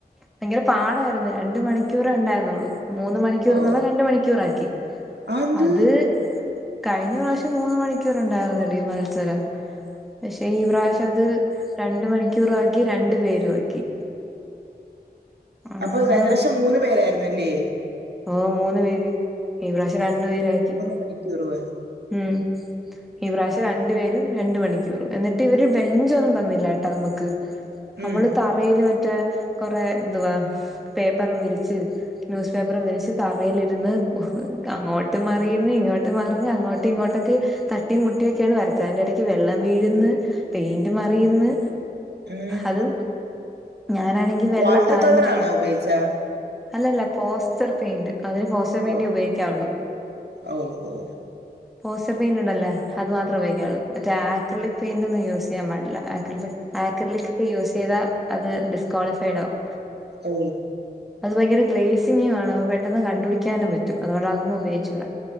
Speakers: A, in the centre; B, on the right.
A: ഭയങ്കര പാടായിരുന്നു രണ്ട് മണിക്കൂറേ ഉണ്ടായിര്ന്നുള്ളൂ മൂന്ന് മണി ക്കൂർ
B: ഓ
A: ഉള്ളെ രണ്ട് മണിക്കൂറാക്കി
B: ആന്ത്
A: അത് കഴിഞ്ഞ പ്രാവശ്യം മൂന്ന് മണിക്കൂർ ഉണ്ടായിരുന്നെടി മത്സരം പക്ഷെ ഈ പ്രാവശ്യം അത് രണ്ട് മണിക്കൂറും ആക്കി രണ്ടു പേരും ആക്കി അങ്ങനെ
B: അപ്പൊ കഴിഞ്ഞ പ്രാവശ്യം മൂന്ന് പേരായിുന്നല്ലേ
A: ഓ മൂന്ന് പേര് ഈ പ്രാവശ്യം രണ്ടു പേരാക്കി.
B: മണിക്കുറ് വ
A: ഉം ഈ പ്രയിശ്യം ര രണ്ട് പേരും രണ്ട് മണിക്കൂറ് എന്നിട്ട് ഇവര് ബെഞ്ചൊന്നും തന്നില്ലാട്ടാ നമുക്ക്
B: ഉം
A: നമ്മ തറയില് മറ്റേ കൊറേ എന്തുവാ പേപ്പറും വിരിച്ച് ന്യൂസ് പേപ്പർ വിരിച്ച് തറയിലിരുന്ന് അങ്ങോട്ട് മറിയുന്നു ഇങ്ങോട്ട് മറിഞ്ഞ് അങ്ങോ തട്ടി ഇങ്ങോട്ടൊക്കെ തട്ടി മുട്ടിയൊക്കെയാണ് വരച്ചെ അതിന്റെ ഇടക്ക് വെള്ളം വീഴന്ന് പെയിന്റ് മറിയന്ന്
B: ഉം
A: അതു ഞാനാണെങ്കി വെള്ള
B: വാട്ടർ
A: പാന്റും
B: കളറാണോ ഉപയോഗിച്ചാ
A: അല്ലല്ല പോസ്റ്റർ പെയിന്റ് അതിന് പോസ്റ്റർ പെയിന്റ്
B: ഓ
A: ഉപയോഗിക്കാവുള്ളൂ
B: ഓ ഓ
A: പോസ്റ്റർ പെയിൻ ഉണ്ടല്ലോ അത് മാത്ര ഉപയോഗിക്കുള്ളൂ മറ്റേ ആക്രിലിക് പെയിന്റ് ഒന്നും യൂസ് ക്രിലിക് പെയിന്റൊന്നും യൂസ് ചെയ്യാൻ പാടില്ല ആക്രിലിക് ആക്രിലിക് ഒക്കെ യൂസ് ചെയ്തൽ അത് ഡിസ്ക്വാളിഫൈഡ് ആകും
B: ഓ
A: അത് ഭയങ്കര ഗ്ലേസിംഗു ആണ് അപ്പൊ പെട്ടെന്ന് കണ്ടപിടിക്കാനും പറ്റും അതോണ്ട് അതൊന്നും ഉപയോഗിച്ചൂടാ